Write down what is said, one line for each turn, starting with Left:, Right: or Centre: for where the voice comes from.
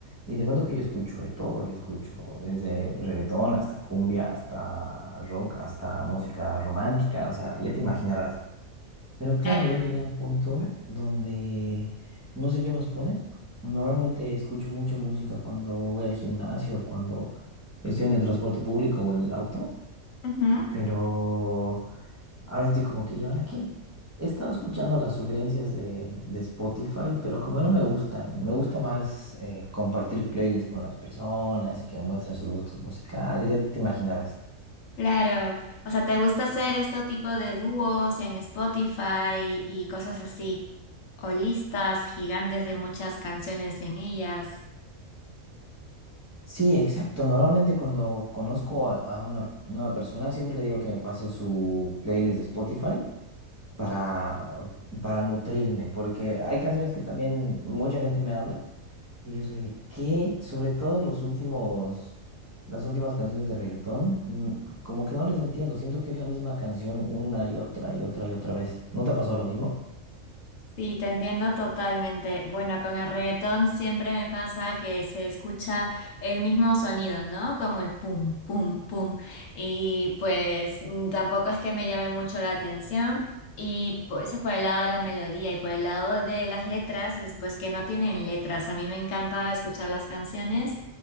Right: Y te cuento que yo escucho de todo, yo escucho desde reggaetón hasta cumbia, hasta rock, hasta música romántica, o sea, ya te imaginarás. Pero
Left: Claro.
Right: claro, ya llegué al punto donde no sé qué más poner. Normalmente escucho mucha música cuando voy al gimnasio, cuando estoy en el transporte público o en el auto,
Left: Ujú,
Right: pero Ahora estoy como que, ¿y ahora qué? He estado escuchando las sugerencias de, de Spotify, pero como no me gustan, me gusta más eh, compartir playlists con las personas y que muestren sus gustos musicales, ya te imaginarás.
Left: Claro, o sea, ¿te gusta hacer este tipo de dúos en Spotify y cosas así? O listas gigantes de muchas canciones en ellas.
Right: Sí, exacto. Normalmente cuando conozco a, a una nueva persona, siempre le digo que me pase su playlist de Spotify para, para nutrirme, porque hay canciones que también mucha gente me habla y yo soy de que, sobre todo los últimos, las últimas canciones de reggaetón, mm, como que no les entiendo, siento que es la misma canción una y otra y otra y otra vez. ¿No te ha pasado lo mismo?
Left: Sí, te entiendo totalmente. Bueno, con el reggaetón siempre me pasa que se escucha el mismo sonido, ¿no? Como el pum, pum, pum. Y pues mm, tampoco es que me llame mucho la atención. Y pues eso es por el lado de la melodía y por el lado de las letras, después que no tienen letras. A mí me encanta escuchar las canciones